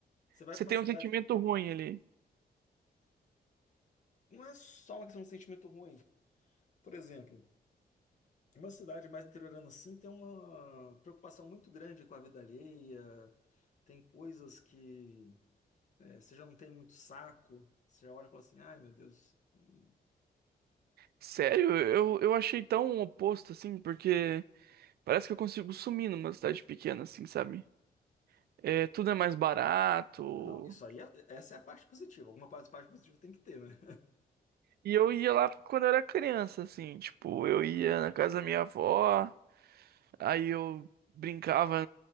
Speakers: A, on the left; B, on the right.
A: você vai
B: você
A: para
B: tem
A: uma cidade
B: um sentimento ruim ali.
A: Não é só uma questão de sentimento ruim. Por exemplo, uma cidade mais interiorana assim tem uma preocupação muito grande com a vida alheia, tem coisas que é, você já não tem muito saco, você já olha e fala assim, ai meu Deus. hum.
B: Sério, eu, eu achei tão oposto assim, porque parece que eu consigo sumir numa cidade pequena, assim, sabe? É, tudo é mais barato.
A: Não, isso aí, é, essa é a parte positiva. Alguma parte, parte positiva tem que ter, né?
B: E eu ia lá quando eu era criança, assim, tipo, eu ia na casa da minha avó, aí eu brincava